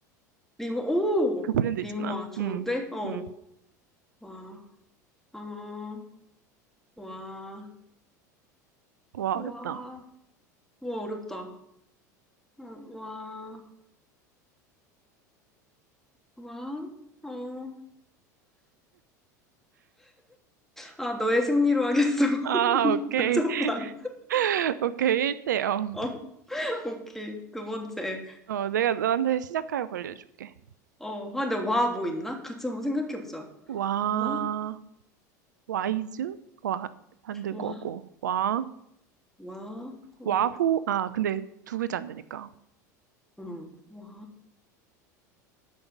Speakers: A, in the centre; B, on the right (about 80°).
A: 리모, 오!
B: 그 브랜드
A: 리모아,
B: 있잖아.
A: 좋은데?
B: 음,
A: 어.
B: 음.
A: 와, 어, 와,
B: 와,
A: 와,
B: 어렵다.
A: 와, 어렵다. 어, 와, 와, 어. 아, 너의 승리로 하겠어. <laughs>
B: 아, 오케이.
A: 단체판.
B: <laughs> 오케이. 1대 0.
A: 어, 오케이. 두 번째.
B: 어, 내가 너한테 시작하여 걸려줄게.
A: 어, 아, 근데 와, 뭐 있나? 같이 한번 생각해보자.
B: 와,
A: 와,
B: 와이즈? 와, 안 될
A: 와,
B: 것 같고. 와,
A: 와, 음,
B: 와후? 아, 근데 두 글자 안 되니까.
A: 음, 와,